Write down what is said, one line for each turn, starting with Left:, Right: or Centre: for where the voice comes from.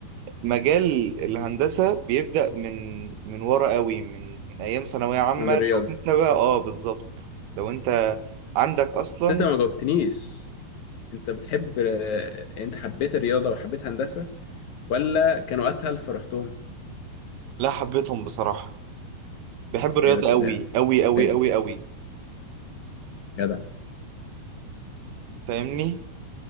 Right: مجال الهندسة بيبدأ من من ورا قوي من من ايام ثانوية عامة
Left: من الرياضة
Right: لو انت بقى اه بالظبط لو انت عندك اصلا
Left: بس انت ما جاوبتنيش انت بتحب آه، انت حبيت الرياضة وحبيت هندسة ولا كانوا اسهل فرحتهم؟
Right: لا حبيتهم بصراحة بحب الرياضة
Left: ايوه كده
Right: قوي قوي قوي
Left: فادني
Right: قوي قوي
Left: جدع
Right: فاهمني